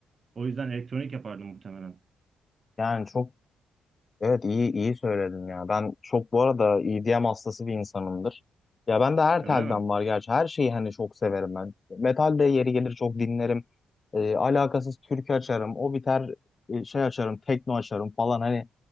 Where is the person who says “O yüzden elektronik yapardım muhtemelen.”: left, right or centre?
Right